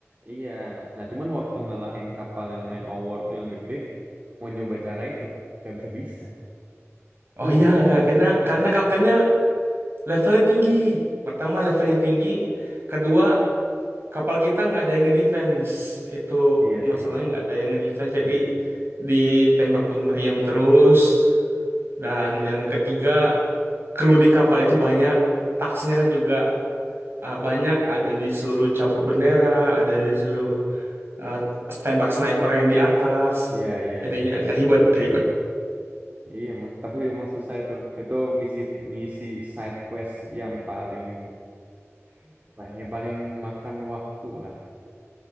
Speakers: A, on the right; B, on the right.
A: Iya. Nah, cuman waktu ngalahin kapal yang main award tuh yang gede, mau nyoba cara itu, nggak bisa-bisa.
B: Oh
A: Susah
B: iya
A: banget.
B: karena karena kaptennya levelnya tinggi. Pertama levelnya tinggi, kedua kapal kita nggak ada yang ngedefense. Itu
A: Iya sih.
B: masalahnya nggak ada yang ngedefense jadi
A: Yes.
B: ditembakin meriam terus dan yang ketiga kru di kapal itu banyak taksnya juga uh, banyak ada disuruh cabut bendera, ada disuruh uh, tembak sniper yang di atas.
A: Iya, iya,
B: Jadinya
A: iya, ingat,
B: ya ribet,
A: ingat,
B: ribet.
A: ingat. Iya, emang- tapi emang susah itu. Itu misi misi side quest yang paling yang paling makan waktu lah.